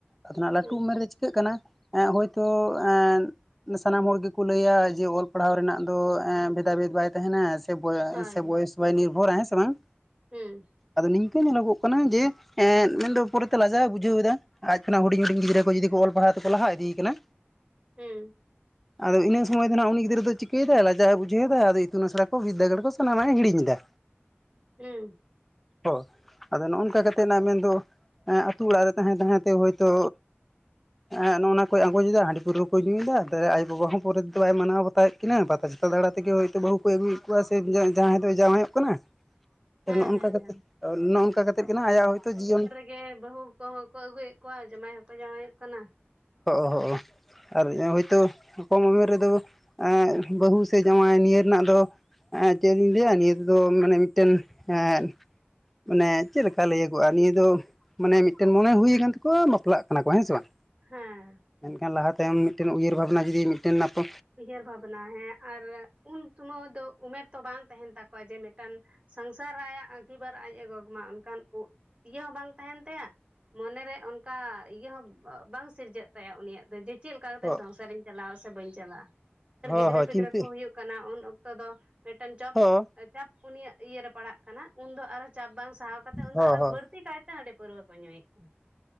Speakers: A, in the centre; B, on the right (about 30°).
A: ᱟᱫᱚᱱᱟᱜᱷ ᱞᱟᱹᱴᱩ
B: ᱦᱩᱸ
A: ᱩᱢᱮᱨ ᱨᱮ ᱪᱤᱠᱟᱹᱜ ᱠᱟᱱᱟ᱾ ᱮᱸ ᱦᱳᱭᱛᱳ ᱮᱸ ᱾ ᱥᱟᱱᱟᱢ ᱦᱚᱲ ᱜᱮᱠᱚ ᱞᱟᱹᱭᱟ ᱡᱮ, ᱚᱞ ᱯᱟᱲᱦᱟᱣ ᱨᱮᱱᱟᱜ ᱫᱚ ᱮᱸ ᱵᱽᱷᱮᱫᱟ ᱵᱷᱮᱫᱽ ᱵᱟᱭ ᱛᱟᱸᱦᱮᱱᱟ᱾ ᱥᱮ <unintelligible>
B: ᱦᱳᱭ
A: ᱥᱮ ᱵᱚᱭᱮᱥ ᱵᱟᱭ ᱱᱤᱨᱵᱷᱚᱨᱟ ᱦᱮᱸ ᱥᱮ ᱵᱟᱝ᱾
B: ᱦᱩᱸ᱾
A: ᱟᱫᱚ ᱱᱤᱝᱠᱟᱹ ᱧᱮᱞᱚᱜᱚᱜ ᱠᱟᱱᱟ ᱡᱮ᱾ ᱮᱸ ᱢᱮᱱᱫᱚ ᱯᱚᱨᱮᱛᱮ ᱞᱟᱡᱟᱣ ᱮ ᱵᱩᱡᱷᱟᱹᱣ ᱮᱫᱟ᱾ ᱟᱡ ᱠᱷᱚᱱᱟᱜ ᱦᱩᱰᱤᱧ - ᱦᱩᱰᱤᱧ ᱜᱤᱫᱽᱨᱟᱹ ᱠᱚ, ᱡᱩᱫᱤ ᱠᱚ ᱚᱞ ᱯᱟᱲᱦᱟᱣ ᱛᱮᱠᱚ ᱞᱟᱦᱟ ᱤᱫᱮ ᱟᱠᱟᱱᱟ᱾
B: ᱦᱩᱸ᱾
A: ᱟᱫᱚ ᱤᱱᱟᱹ ᱥᱚᱢᱚᱭ ᱫᱚ ᱱᱟᱜᱷ ᱩᱱᱤ ᱜᱤᱫᱽᱨᱟᱹ ᱫᱚ ᱪᱤᱠᱟᱹᱭᱮᱫᱟᱭ ᱾ ᱞᱟᱡᱟᱣ ᱮ ᱵᱩᱡᱷᱟᱹᱣ ᱮᱫᱟ ᱾ ᱟᱫᱚ ᱤᱛᱩᱱ ᱟᱥᱲᱟ ᱠᱚ ᱵᱤᱫᱽᱫᱟᱹᱜᱟᱲ ᱠᱚ ᱥᱟᱱᱟᱢᱟᱜ ᱮᱸ ᱦᱤᱲᱤᱧ ᱮᱫᱟ᱾
B: ᱦᱩᱸ᱾
A: ᱚ ᱟᱫᱚ ᱱᱚᱜ ᱱᱚᱝᱠᱟ ᱠᱟᱛᱮᱫ ᱱᱟᱜᱷ ᱢᱮᱱᱫᱚ, ᱮᱸ ᱟᱹᱛᱩ ᱚᱲᱟᱜ ᱨᱮ ᱛᱟᱦᱮᱸ - ᱛᱟᱦᱮᱸ ᱛᱮ ᱦᱳᱭᱛᱳ ᱦᱮᱸᱜ ᱮᱸ ᱱᱚᱜ ᱱᱚᱣᱟ ᱠᱚᱭ ᱟᱸᱜᱚᱡᱮᱫᱟ᱾ ᱦᱟᱺᱰᱤ ᱯᱟᱹᱣᱨᱟᱹ ᱠᱚᱭ ᱧᱩᱭᱮᱫᱟ᱾ ᱛᱮ ᱟᱭᱳ-ᱵᱟᱵᱟ ᱦᱚᱸ ᱯᱚᱨᱮ ᱫᱚ ᱵᱟᱭ ᱢᱟᱱᱟᱣ ᱵᱟ ᱯᱟᱛᱟᱣ ᱮᱫ ᱠᱤᱱᱟ᱾ ᱯᱟᱛᱟ ᱪᱷᱟᱛᱟ ᱫᱟᱬᱟᱸ ᱛᱮᱜᱮᱸ ᱦᱳᱭᱛᱚ ᱵᱟᱹᱦᱩ ᱠᱚᱭ ᱟᱹᱩᱭᱮᱫ ᱠᱚᱣᱟ᱾ ᱥᱮ ᱡᱟᱦᱟᱸᱭ ᱫᱚᱭ ᱡᱟᱶᱟᱭ ᱚᱜ ᱠᱟᱱᱟ᱾ ᱱᱚᱜ
B: ᱦᱮᱸ
A: ᱱᱚᱝᱠᱟ
B: ᱦᱮᱸ
A: ᱠᱟᱛᱮᱫ,
B: ᱦᱮᱸ
A: ᱱᱚᱜᱷ ᱱᱚᱝᱠᱟ ᱠᱟᱛᱮ ᱜᱮ ᱱᱟᱜᱷ ᱟᱭᱟᱜ ᱦᱳᱭᱛᱳ ᱡᱤᱭᱚᱱ
B: ᱜᱮ ᱵᱟᱹᱦᱩ ᱠᱚᱼᱦᱚᱸ ᱠᱚ ᱟᱹᱜᱩᱭᱮᱫ ᱠᱚᱣᱟ ᱾ ᱡᱟᱢᱟᱭ ᱦᱚᱸᱠᱚ ᱡᱟᱶᱟᱭᱚᱜ ᱠᱟᱱᱟ᱾
A: ᱦᱚᱸᱜ ᱚᱸ ᱦᱚᱸᱜ ᱚᱸ ᱾ ᱟᱨ ᱦᱳᱭᱛᱳ ᱠᱚᱢ ᱩᱢᱮᱨ ᱨᱮᱫᱚ ᱮᱸ ᱵᱟᱹᱦᱩ ᱥᱮ ᱡᱟᱶᱟᱭ ᱱᱤᱭᱟᱹ ᱨᱮᱱᱟᱜ ᱫᱚ᱾ ᱮᱸ ᱪᱮᱫ ᱤᱧ ᱞᱟᱹᱭᱟ᱾ ᱱᱤᱭᱟᱹ ᱛᱮᱫᱚᱸ ᱢᱟᱱᱮ ᱢᱤᱫᱴᱮᱱ ᱮᱸ ᱢᱟᱱᱮ ᱪᱮᱫ ᱞᱮᱠᱟ ᱞᱟᱹᱭᱟᱹᱜᱚᱜᱼᱟ᱾ ᱱᱤᱭᱟᱹ ᱫᱚ᱾ ᱢᱟᱱᱮ ᱢᱤᱫᱴᱮᱱ ᱢᱚᱱᱮ ᱦᱩᱭ ᱟᱠᱟᱱ ᱛᱟᱠᱚᱣᱟ᱾ ᱵᱟᱯᱞᱟ-ᱜ ᱠᱟᱱᱟ ᱠᱚ ᱦᱮᱸ ᱥᱮ ᱵᱟᱝ᱾
B: ᱦᱮᱸ᱾
A: ᱢᱮᱱᱠᱷᱟᱱ ᱞᱟᱦᱟ ᱛᱟᱭᱚᱢ, ᱢᱤᱫᱴᱮᱱ ᱩᱭᱦᱟᱹᱨ ᱵᱷᱟᱵᱽᱱᱟ ᱡᱩᱫᱤ ᱢᱤᱫᱴᱮᱱ ᱱᱟᱯᱚ
B: ᱩᱭᱦᱟᱹᱨ ᱵᱷᱟᱵᱽᱱᱟ ᱦᱮᱸ ᱟᱨ ᱩᱱ ᱥᱚᱢᱚᱭ ᱫᱚ, ᱩᱢᱮᱨ ᱛᱚ ᱵᱟᱝ ᱛᱟᱹᱦᱮᱱ ᱛᱟᱠᱚᱣ-ᱟ᱾ ᱡᱮ ᱢᱤᱫᱴᱟᱝ ᱥᱚᱝᱥᱟᱨ ᱟᱭᱟᱜ ᱟᱺᱜᱤᱵᱷᱟᱨ ᱟᱡ ᱮᱸ ᱜᱚᱜᱽ ᱢᱟ᱾ ᱚᱱᱠᱟᱱ ᱩᱜ ᱤᱭᱟᱹ ᱦᱚᱸ ᱵᱟᱝ ᱛᱟᱸᱦᱮᱱ ᱛᱟᱭ-ᱟ᱾ ᱢᱚᱱᱮᱨᱮ ᱚᱱᱠᱟ ᱤᱭᱟᱹ ᱦᱚᱸ ᱵᱟᱝ ᱥᱤᱨᱡᱟᱹᱜ ᱛᱟᱭᱟ᱾ ᱩᱱᱤᱭᱟ-ᱜ ᱫᱚ᱾ᱡᱮ ᱪᱮᱫ ᱞᱮᱠᱟ ᱠᱟᱛᱮ
A: ᱦᱚᱸ
B: ᱥᱚᱝᱥᱟᱨᱤᱧ ᱪᱟᱞᱟᱣ ᱟ ᱾ ᱥᱮ ᱵᱟᱹᱧ ᱪᱟᱞᱟᱜᱼᱟ᱾
A: ᱦᱚᱸ
B: ᱜᱤᱫᱽᱨᱟᱹ
A: ᱦᱚᱸ
B: ᱯᱤᱫᱽᱨᱟᱹ
A: ᱪᱤᱱᱛᱟᱹ
B: ᱠᱚ ᱦᱩᱭᱩᱼᱜ ᱠᱟᱱᱟ᱾ ᱩᱱ ᱚᱠᱛᱚ ᱫᱚ ᱢᱤᱫᱴᱮᱱ ᱪᱚᱯ,
A: ᱦᱚᱸ
B: ᱪᱟᱯ᱾ ᱩᱱᱤᱭᱟ-ᱜ ᱤᱭᱟᱹᱨᱮ ᱯᱟᱲᱟᱜ ᱠᱟᱱᱟ᱾ ᱩᱱᱫᱚ ᱟᱨᱚ ᱪᱟᱯ ᱵᱟᱝ ᱥᱟᱦᱟᱣ ᱠᱟᱛᱮᱫ, ᱩᱱᱫᱚ
A: ᱦᱚᱸ
B: ᱟᱨᱚ
A: ᱦᱚᱸ
B: ᱵᱟᱹᱲᱛᱤ ᱠᱟᱭᱛᱮ ᱛᱮ ᱦᱟᱺᱰᱤ ᱯᱟᱹᱨᱣᱟᱹ ᱠᱚ ᱧᱩᱭᱮᱫ ᱠᱟᱱᱟ᱾